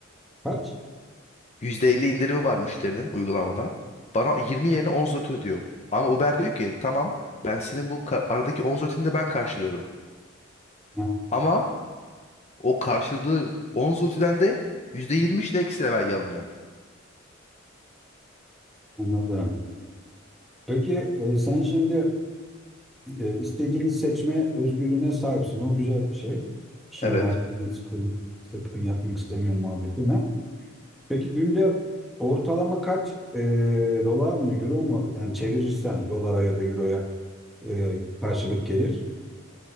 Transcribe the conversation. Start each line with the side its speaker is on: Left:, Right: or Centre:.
Centre: Kaç?
Left: %50 indirimi var müşterinin uygulamada. Bana 20 yerine 10 zloty ödüyor. Ama Uber diyor ki tamam ben senin bu ka- aradaki 10 zlotyni de ben karşılıyorum.
Centre: Ha,
Left: Ama o karşıladığı 10 zlotyden de %23 de ekstra vergi alınıyor.
Centre: anladım. Peki e, sen şimdi e, istediğini seçme özgürlüğüne sahipsin. O güzel bir şey. İşin
Left: Evet.
Centre: var. Sıkın, sıkın yapmak istemiyorum muhabbetine. Peki günde ortalama kaç e, dolar mı euro mu? Yani çevirirsen dolara ya da euroya e, karşılık gelir.